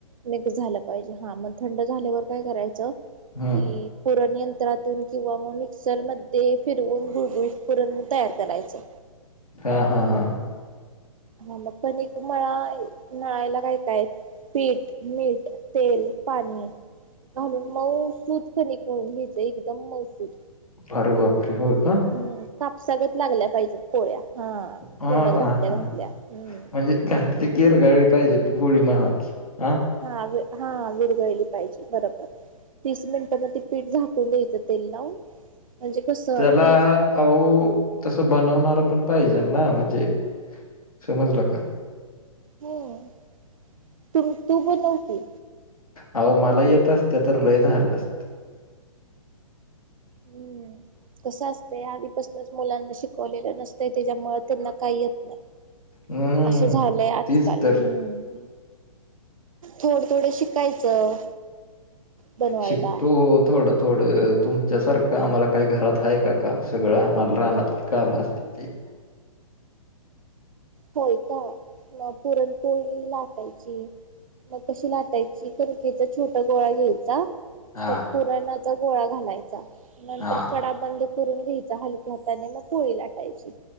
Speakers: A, on the right; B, on the left.
A: मिक्स झाला पाहिजे हा मग थंड झाल्यावर. काय करायच
B: हम्म
A: की पूरन यंत्रातून किंवा मग मिक्सरमध्ये फिरवून गुळगुळ करून तयार करायचं.
B: हा हा हा हा.
A: हा मग कणिक मळा नळायला काय काय पीठ, मीठ, तेल, पाणी घालून मौसूद खनिक म्हणून घ्यायचं एकदम मसूद.
B: बर बापरे हो का?
A: हम् कापसागत लागल्या पाहिजेत पोळ्या हा
B: हा
A: तोंडात
B: हा
A: घातल्या
B: हा.
A: घातल्या. हम्म!
B: म्हणजे घातली की विरघळली पाहिजे ग पाहिजे गोळी मणा हा
A: हा हा विरगळली पाहिजे बरोबर. तीस मिनिटां म ते पीठ झाकून द्यायचं तेल लावून. म्हणजे कसं
B: त्याला
A: की
B: अहो! तसं बनवणार पण पाहिजे ना म्हणजे समजलं का.
A: हम् तु तू बनव की.
B: आहो! मला येत असते तर लय झालं असत.
A: हम्म! कसं असते आधीपासूनच मुलांना शिकवलेलं नसत त्याच्यामुळे त्यांना काही येत नाही.
B: हम्म
A: असं झालंय आजकाल
B: तीच तर
A: हम्म. थोडं थोडं शिकायचं. बनवायला.
B: शिकतो ओ थोडं थोडं तुमच्यासारखं आम्हाला काही घरात आहे का काम सगळं आम्हाला रानातली काम असते. ते.
A: होय का मग पुरणपोळी लाटायची. मग कशी लाटायची कणकेचा छोटा गोळा घ्यायचा
B: हा
A: त्या पुरणाचा गोळा घालायचा नंतर
B: हा
A: कडा बंद करून घ्याय हलक्या हाताने मग पोळी लाटायची.